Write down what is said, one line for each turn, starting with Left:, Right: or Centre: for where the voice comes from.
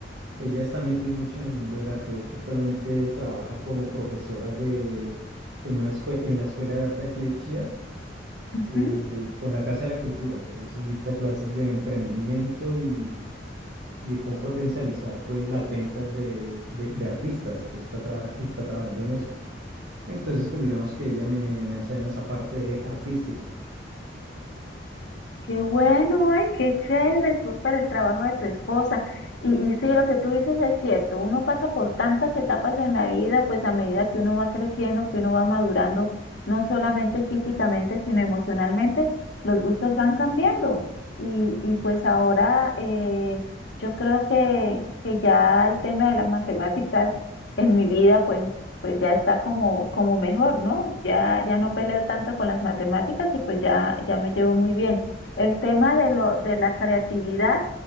Right: Ella está metida mucho en el mundo del arte. De hecho, actualmente trabaja como profesora de, en una escue- en la Escuela de Arte de aquí de Chía,
Left: ujú.
Right: eh, con la Casa de la Cultura. Entonces, dicta clases de emprendimiento y, y de cómo potencializar, pues, las ventas de, de- de artistas. Entonces, está, trabaja- está trabajando en eso. Entonces, pues, digamos que ella me, me ha enseñado esa parte artística.
Left: Qué bueno, ay, qué chévere, súper el trabajo de tu esposa. Y, y sí, lo que tú dices es cierto, uno pasa por tantas etapas en la vida, pues a medida que uno va creciendo, que uno va madurando, no solamente físicamente, sino emocionalmente, los gustos van cambiando. Y, y pues ahora eh, yo creo que, que ya el tema de las matemáticas en mi vida, pues, pues ya está como, como mejor, ¿no? Ya, ya no peleo tanto con las matemáticas y pues ya, ya me llevo muy bien. El tema de lo de la creatividad,